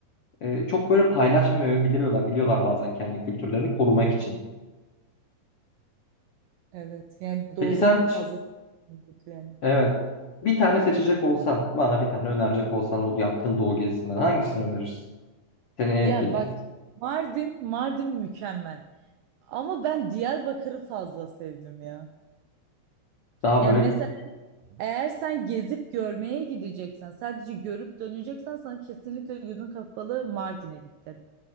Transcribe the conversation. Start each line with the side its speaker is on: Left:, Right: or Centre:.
Left: Ee, çok böyle paylaşmıyor biliyorlar, biliyorlar bazen kendi kültürlerini korumak için.
Right: Evet yani
Left: Peki
Right: doğuda
Left: sen
Right: o fazla yani.
Left: evet bir tane seçecek olsan bana bir tane önerecek olsan o yaptığın doğu gezisinden hangisini önerirsin? Seni en
Right: Ya
Left: etkileyen.
Right: bak Mardin, Mardin mükemmel. Ama ben Diyarbakır'ı fazla sevdim ya.
Left: Daha
Right: Ya
Left: böyle
Right: mesela Eğer sen gezip görmeye gideceksen, sadece görüp döneceksen sana kesinlikle gözün kapalı Mardin'e git derim.